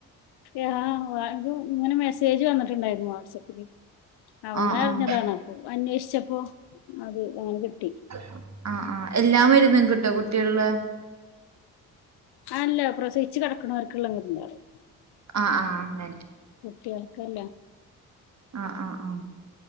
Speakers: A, on the left; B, on the right.
A: യാ ഓൽതു ഇങ്ങനെ മെസ്സേജ് വന്നിട്ടുണ്ടായിരുന്നു വാട്സആപ്പില്.
B: ആഹ്
A: അങ്ങനെ അറിഞ്ഞതാണ്.
B: ആഹ്
A: അപ്പൊ അന്വേഷിച്ചപ്പോ അത് അങ്ങനെ കിട്ടി
B: ആഹ് ആഹ്. എല്ലാ മരുന്നും കിട്ടോ കുട്ടിള്ടെ?
A: ആല്ല പ്രസവിച്ച് കിടണോർത്. ക്ക്ളള മരുന്നാള്
B: ആഹ് ആഹ് അങ്ങനെ
A: കുട്ടിൾക്കല്ല.
B: ആഹ് ആഹ് ആഹ്